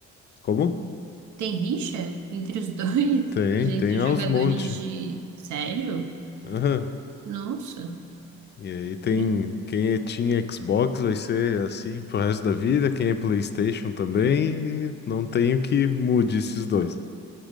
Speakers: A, on the left (about 35°); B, on the right (about 75°).
A: como?
B: tem rixa entre os dois?
A: Tem,
B: <laughs> Entre
A: tem aos
B: jogadores
A: monte.
B: de. Sério?
A: Aham.
B: Nossa.
A: E aí tem
B: É.
A: quem é Team Xbox vai ser assim pro resto da vida, quem é PlayStation também, e não tenho que mude esses dois.